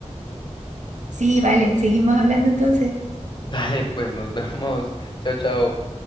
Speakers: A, on the right; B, on the left.
A: Sí, vale, seguimos hablando entonces.
B: <laughs> Dale, pues nos vemos. Chao, chao.